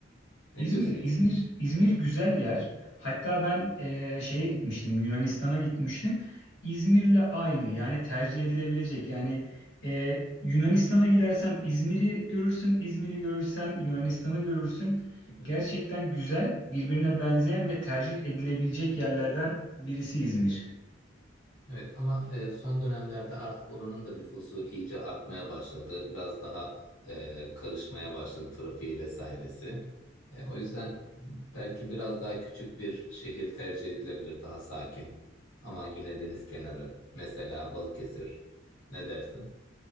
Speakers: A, on the left; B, on the left.
A: İzmir,
B: Ne diyorsun Ezgi?
A: İzmir, İzmir güzel yer. Hatta ben eee, şeye gitmiştim, Yunanistan'a gitmiştim. İzmir'le aynı, yani tercih edilebilecek. Yani eee, Yunanistan'a gidersen İzmir'i görürsün, İzmir'i görürsen Yunanistan'ı görürsün.
B: <laughs>
A: Gerçekten güzel, birbirine benzeyen ve tercih edilebilecek yerlerden birisi İzmir.
B: Evet ama e, son dönemlerde artık oranın da nüfusu iyice artmaya başladı. Biraz daha e, karışmaya başladı trafiği vesairesi. E, o yüzden belki biraz daha küçük bir şehir tercih edilebilir, daha sakin. Ama yine deniz kenarı, mesela Balıkesir. Ne dersin?